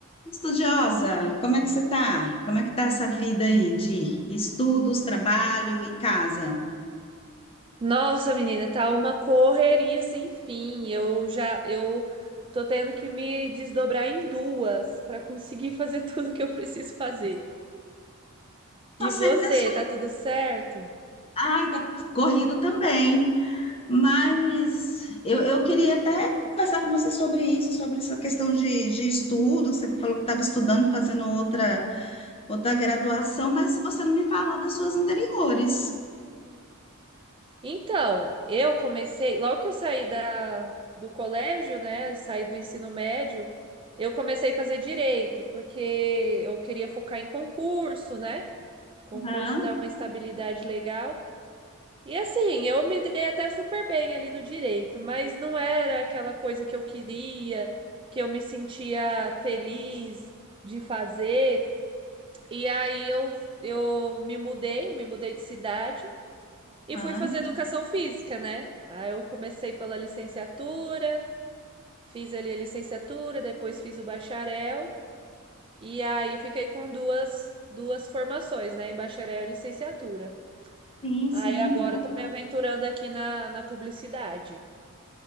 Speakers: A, on the left; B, on the right.
A: Estudiosa, como é que você tá? Como é que tá essa vida aí de estudos, trabalho e casa?
B: Nossa, menina, tá uma correria sem fim. Eu já, eu tô tendo que me desdobrar em duas para conseguir fazer <laughs> tudo que eu preciso fazer. E
A: Só sei
B: você,
A: das...
B: tá tudo certo?
A: Ai, tá corrido também, mas eu, eu queria até conversar com você sobre isso, sobre essa questão de, de estudo, você me falou que estava estudando, fazendo outra, outra graduação, mas você não me falou das suas anteriores.
B: Então, eu comecei, logo que eu saí da, do colégio, né, e saí do ensino médio, eu comecei a fazer direito, porque eu queria focar em concurso, né? Concurso
A: Aham,
B: dá uma estabilidade legal. E assim, eu me dei até super bem ali no direito, mas não era aquela coisa que eu queria, que eu me sentia feliz de fazer. E aí eu, eu me mudei, me mudei de cidade e
A: aham.
B: fui fazer educação física, né? Aí eu comecei pela licenciatura, fiz ali a licenciatura, depois fiz o bacharel, e aí fiquei com duas, duas formações, né? Em bacharel e licenciatura.
A: Sim,
B: Aí
A: sim,
B: agora
A: boa.
B: tô me aventurando aqui na, na publicidade.